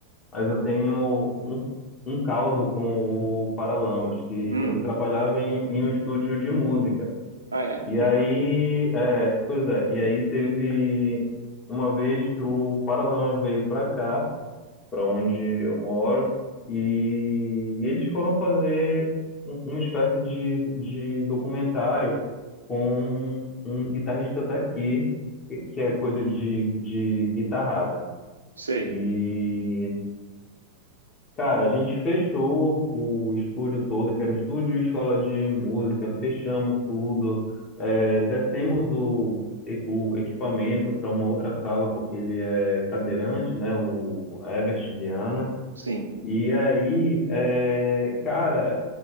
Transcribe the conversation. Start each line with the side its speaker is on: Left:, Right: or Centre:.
Left: mas eu tenho um, um caso com o Paralamas, que
Right: Hum,
Left: eu trabalhava em, em um estúdio de música.
Right: ah, é?
Left: E
Right: Que
Left: aí,
Right: legal.
Left: é, pois é, e aí teve uma vez que o Paralamas veio pra cá, para onde eu moro, e eles foram fazer um- uma espécie de, de documentário com um guitarrista daqui, que que é coisa de, de guitarrada.
Right: Sei,
Left: E, cara, a gente fechou o estúdio todo, que era um estúdio e escola de música, fechamos tudo, é, descemos o, e- o equipamento para uma outra sala, porque ele é cadeirante, né, o Herbert Viana.
Right: sim.
Left: E aí, é, cara,